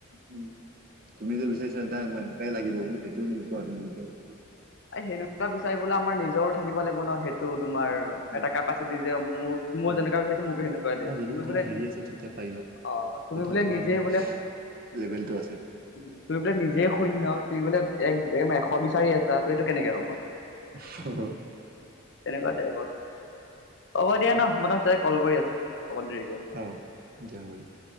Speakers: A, on the right; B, on the left.
A: উমঁ' উমঁ' তুমি যে বিচাৰিছা নাই মোক এনেকুৱাই লাগিব বুলি সেইটো নোপোৱা তুমি কেতিয়াও।
B: সেনেকুৱা বিচাৰিবলে আমাৰ নিজৰো থাকিব লাগিব ন' সেইটো তোমাৰ
A: উম
B: এটা কেপাচিটি যে মোৰ, মোৰ
A: অ
B: যেনেকুৱা বিচাৰিছো মোকো সেনেকুৱাই লাগিব,
A: অ যদি
B: তুমি
A: তোমাৰ
B: বোলে
A: হেৰি আছে তেতিয়া পাৰিবা।
B: অঁ' তুমি
A: যদিহে
B: বোলে
A: তোমাৰ
B: নিজেই
A: মানে
B: বোলে
A: লেভেলটো আছে।
B: উমঁ' তুমি বোলে নিজেই শূন্য তুমি বোলে এক, এক এশ বিচাৰি আছা ত' সেইটো কেনেকে হ'ব।
A: অঁ' অঁ'।
B: তেনেকুৱা টাইপৰ, হ'ব দিয়া ন' মই <unintelligible> কল কৰি আছো‌ অলপ দেৰিকৈ।
A: অ', দিয়া হ'ব দিয়া।